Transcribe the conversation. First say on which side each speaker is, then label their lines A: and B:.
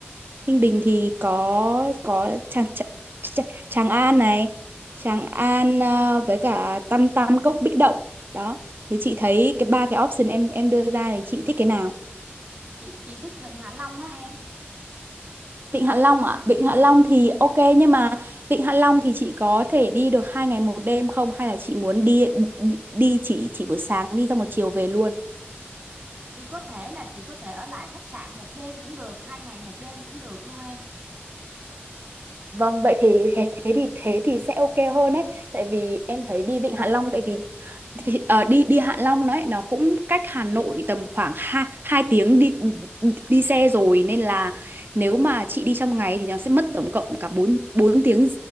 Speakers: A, on the right (about 50°); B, on the right (about 35°).
A: Ninh Bình thì có có Tràng Tràng, Tràng Tràng An này Tràng An ờ, với cả Tam Tam Cốc Bích Động đó thì chị thấy cái ba cái option em em đưa ra thì chị thích cái nào
B: Chị chị thích Vịnh Hạ Long á em.
A: Vịnh Hạ Long ạ Vịnh Hạ Long thì ok nhưng mà Vịnh Hạ Long thì chị có thể đi được hai ngày một đêm không hay là chị muốn đi đi, đi chỉ chỉ buổi sáng đi xong một chiều về luôn
B: thì có thể là chị có thể ở lại khách sạn một đêm cũng được hai ngày một đêm cũng được luôn em
A: Vâng, vậy thì thế thế thì thế thì sẽ ok hơn đấy, tại vì em thấy đi Vịnh Hạ Long, tại vì thì, ờ, đi đi Hạ Long đấy nó cũng cách Hà Nội tầm khoảng 2 hai tiếng đi đi xe rồi nên là nếu mà chị đi trong ngày thì nó sẽ mất tổng cộng cả 4 bốn bốn tiếng